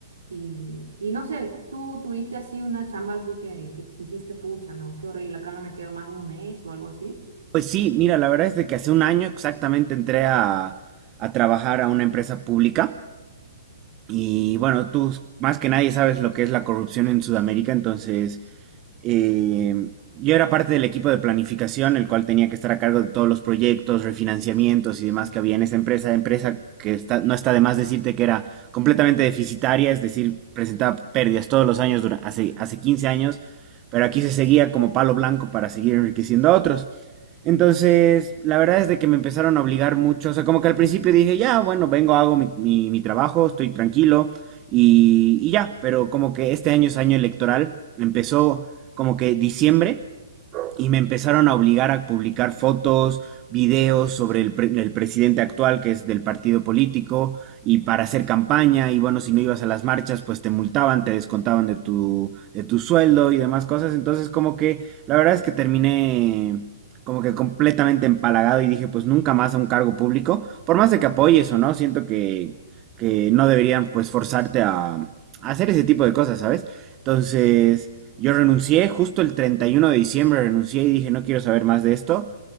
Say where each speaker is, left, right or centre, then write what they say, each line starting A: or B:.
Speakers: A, on the right (about 85°); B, on the right (about 30°).
A: Y, y no sé, tú tuviste así una chamba así que, que dijiste, pucha, no, qué horrible, acá no me quedo más de un mes o algo así.
B: Pues sí, mira, la verdad es de que hace un año exactamente entré a, a trabajar a una empresa pública. Y bueno, tú más que nadie sabes lo que es la corrupción en Sudamérica, entonces eh, yo era parte del equipo de planificación, el cual tenía que estar a cargo de todos los proyectos, refinanciamientos y demás que había en esa empresa, empresa que está, no está de más decirte que era completamente deficitaria, es decir, presentaba pérdidas todos los años durante, hace, hace 15 años, pero aquí se seguía como palo blanco para seguir enriqueciendo a otros. Entonces, la verdad es de que me empezaron a obligar mucho, o sea, como que al principio dije, ya, bueno, vengo, hago mi, mi, mi trabajo, estoy tranquilo y, y ya, pero como que este año es año electoral, empezó como que diciembre y me empezaron a obligar a publicar fotos, videos sobre el, pre- el presidente actual, que es del partido político, y para hacer campaña, y bueno, si no ibas a las marchas, pues te multaban, te descontaban de tu, de tu sueldo y demás cosas. Entonces, como que la verdad es que terminé como que completamente empalagado y dije, pues nunca más a un cargo público, por más de que apoyes o no, siento que, que no deberían pues forzarte a, a hacer ese tipo de cosas, ¿sabes? Entonces... Yo renuncié justo el 31 de diciembre, renuncié y dije, no quiero saber más de esto.